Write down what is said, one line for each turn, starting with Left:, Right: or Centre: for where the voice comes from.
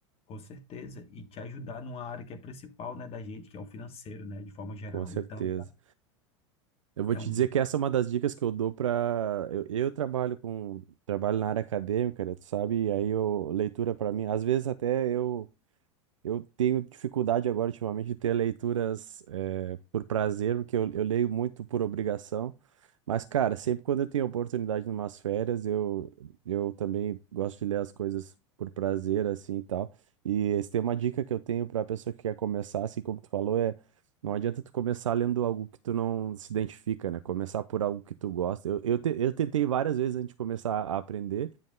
Left: com certeza, e te ajudar numa área que é principal, né, da gente, que é o financeiro, né, de forma geral.
Right: Com certeza.
Left: Então,
Right: Eu vou
Left: é
Right: te
Left: um,
Right: dizer que essa é uma das dicas que eu dou para eu, eu trabalho com trabalho na área acadêmica, né, tu sabe? E aí eu leitura para mim, às vezes até eu eu tenho dificuldade agora, ultimamente, de ter leituras eh, por prazer, porque eu, eu leio muito por obrigação. Mas, cara, sempre quando eu tenho oportunidade em umas férias, eu, eu também gosto de ler as coisas por prazer, assim e tal. E se tem uma dica que eu tenho para a pessoa que quer começar, assim como tu falou, é não adianta tu começar lendo algo que tu não se identifica, né? Começar por algo que tu gosta. Eu, eu, te- eu tentei várias vezes antes de começar a aprender.